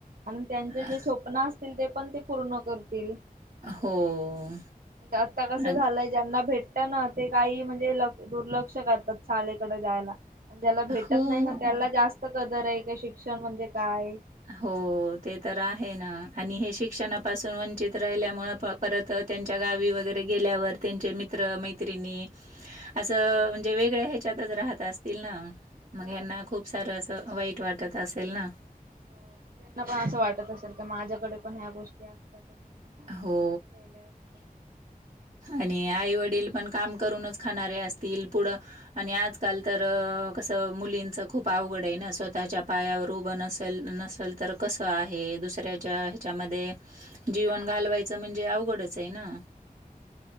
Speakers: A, on the right; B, on the right.
A: आणि त्यांचे
B: अ,
A: जे स्वप्न अस ते पण ते पूर्ण करतील. आहे
B: हो.
A: आणि जास्त कस
B: अन्
A: झालंय ज्यांना भेट ना ते काही म्हणजे दुर्लक्ष करतात शालेकडे जायला. आणि ज्याला भेटत
B: हो.
A: नाही ना त्याला जास्त कदर आहे का शिक्षण म्हणजे काय
B: हो ते तर आहे ना आणि हे शिक्षणापासून वंचित राहिल्यामुळे परत त्यांच्या गावी वगरे गेल्यावर त्यांचे मित्र मैत्रणी अस म्हणजे वेगळ च्यातच राहत असतील ना मग
A: हो
B: हना
A: ना.
B: खूप
A: तेच.
B: सारं अस वाईट वाटत असेल ना,
A: हो मग त्यांना पण असं वाटत असेल क माझ्याकडे पण ह्या गोष्टी असतात. नाज
B: हो
A: केल्या असत.
B: आणि आई वडील पण काम करूनच खाणारे असत. तील पुढ आणि आजकाल तर कसं मुलींचं खूप अवघड आहे ना स्वतःच्या पाया नल तर कस आहे दुसऱ्या हच्यामध्ये जीवन घालवा. म्हणजे अवघडच आहे ना,